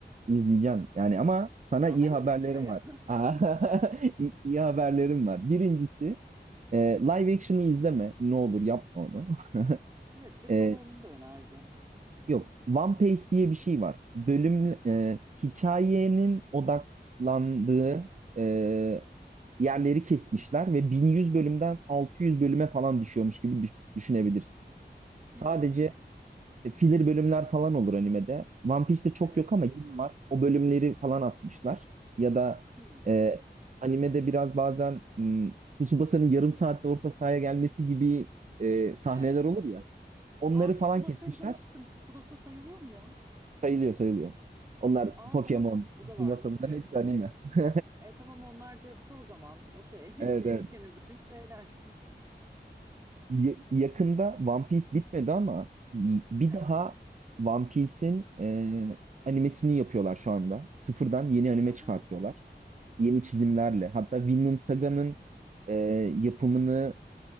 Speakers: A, on the right; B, on the right.
A: İzleyeceğim yani ama sana
B: Ya
A: iyi
B: hayır
A: haberlerim
B: işte ya.
A: var.
B: <laughs>
A: <laughs>
B: Heh.
A: İyi, iyi haberlerim var. Birincisi e, live action'ı izleme. Ne olur yapma onu. <laughs>
B: Evet biri
A: E,
B: bana onu da önerdi.
A: yok. One Piece diye bir şey var. Bölüm e, hikayenin odaklandığı e, yerleri kesmişler ve 1100 bölümden 600 bölüme falan düşüyormuş gibi düş- düşünebilirsin. Sadece
B: Hmm.
A: İşte filler bölümler falan olur animede. One Piece'te çok
B: Evet.
A: yok ama yine var. O bölümleri falan atmışlar. Ya da
B: Hmm.
A: e, animede biraz bazen m, Tsubasa'nın yarım saatte orta sahaya gelmesi gibi e, sahneler
B: Evet.
A: olur ya. Onları
B: Aa
A: falan
B: Tsubasa
A: kesmişler.
B: izlemiştim. Tsubasa sayılıyor mu ya?
A: Sayılıyor sayılıyor. Onlar
B: Aa
A: Pokemon,
B: tamam o da
A: Tsubasa
B: varmış
A: bunların
B: cepte.
A: hepsi anime. <laughs>
B: E tamam onlar cepte o zaman. Okey.
A: Evet,
B: <laughs> Çocukken
A: evet.
B: izlediğim şeyler. <laughs>
A: Ya- yakında One Piece bitmedi ama y- bir
B: Aha,
A: daha One Piece'in e, animesini yapıyorlar şu anda. Sıfırdan yeni anime
B: aha.
A: çıkartıyorlar. yeni çizimlerle. Hatta Vinland Saga'nın e, yapımını